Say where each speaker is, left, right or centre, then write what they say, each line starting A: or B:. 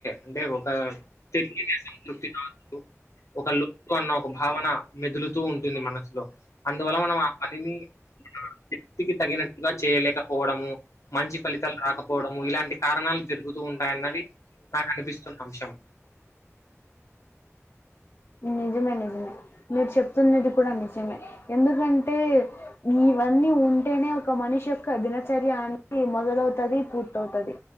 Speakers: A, on the left; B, on the left.
A: అంటే ఒక తెరి సంతృప్తి కాదు ఒకలు అన్న ఒక భావన మెదులుతూ ఉంటుంది మనసులో అందువల్ల మనం ఆ పనిని వ్యక్తికి తగినట్టుగా చేయలేకపోవడము మంచి ఫలితాలు రాకపోవడము ఇలాంటి కారణాలు జరుగుతూ అన్నది నాకనిపిస్తున్న అంశం
B: నిజమే నిజమే మీరు చెప్తున్నది కూడా నిజమే ఎందుకంటే మీ ఇవన్నీ ఉంటేనే ఒక మనిషి యొక్క దినచర్య అనేది మొదలవుతది పూర్తవుతది